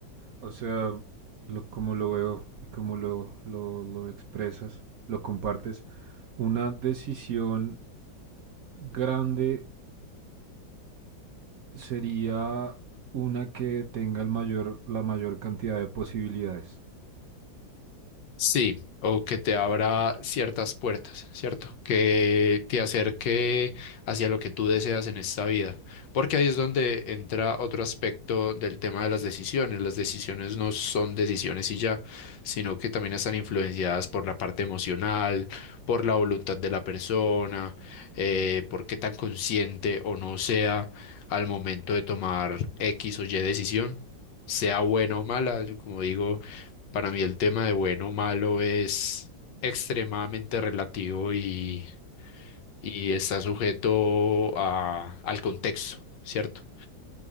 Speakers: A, on the right (about 65°); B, on the left (about 70°).
A: O sea, lo, como lo veo y como lo, lo, lo expresas, lo compartes, una decisión grande sería una que tenga el mayor, la mayor cantidad de posibilidades.
B: Sí, o que te abra ciertas puertas, ¿cierto? Que te acerque hacia lo que tú deseas en esta vida. Porque ahí es donde entra otro aspecto del tema de las decisiones. Las decisiones no son decisiones y ya, sino que también están influenciadas por la parte emocional, por la voluntad de la persona, eh, por qué tan consciente o no sea al momento de tomar X o Y decisión, sea buena o mala, Yo, como digo. Para mí el tema de bueno o malo es extremadamente relativo y, y está sujeto a- al contexto, ¿cierto?